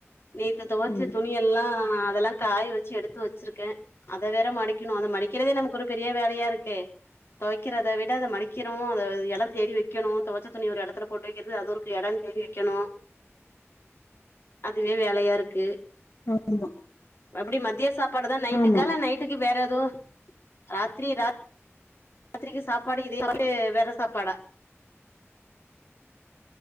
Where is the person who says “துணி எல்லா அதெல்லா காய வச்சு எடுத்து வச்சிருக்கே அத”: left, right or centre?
Left